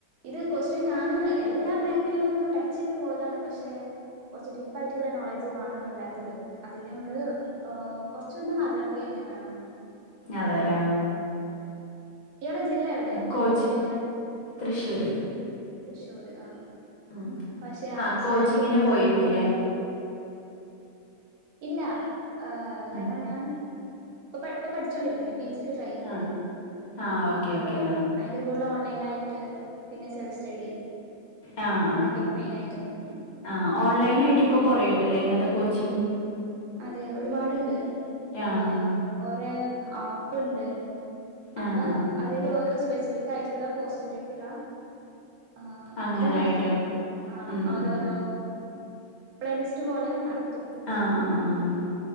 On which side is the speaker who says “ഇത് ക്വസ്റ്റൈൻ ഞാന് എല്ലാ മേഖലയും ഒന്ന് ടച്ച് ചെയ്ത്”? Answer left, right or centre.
Right